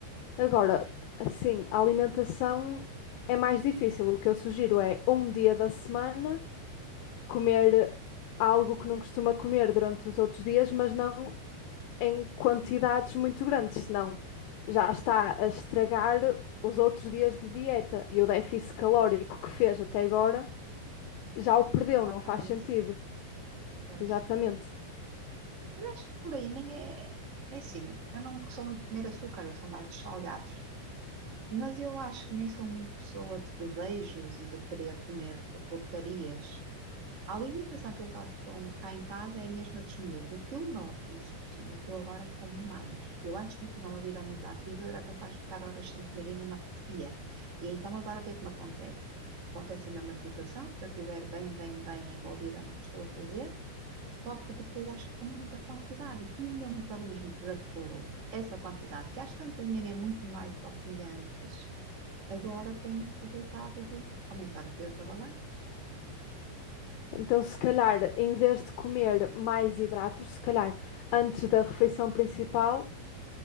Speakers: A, on the left; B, on the right.
A: Agora, assim, a alimentação é mais difícil. O que eu sugiro é um dia da semana comer algo que não costuma comer durante os outros dias, mas não em quantidades muito grandes, senão já está a estragar os outros dias de dieta e o déficit calórico que fez até agora já o perdeu,
B: Ah,
A: não
B: parece.
A: faz sentido.
B: Pois.
A: Exatamente.
B: Mas acho que por aí nem é. É assim, eu não sou muito de comer açúcar, eu sou mais dos salgados. Mas eu acho que nem sou muito pessoa de desejos e de querer comer porcarias. A alimentação que eu faço com- cá em casa é a mesma dos miúdos. O que eu noto, isso sim, é que eu agora como mais. Eu antes não tinha uma vida muito ativa, eu era capaz de ficar horas sem comer e nem me apetecia. E então agora o que é que me acontece? Acontece a mesma situação, se eu estiver bem, bem, bem envolvida no que estou a fazer, só que depois acho que com muita quantidade. E como o meu metabolismo desacelerou, essa quantidade, que às tantas nem é muito mais do que eu comia antes, agora tem resultado de aumentar o peso da balança,
A: Então, se calhar, em vez de comer mais hidratos, se calhar antes da refeição principal,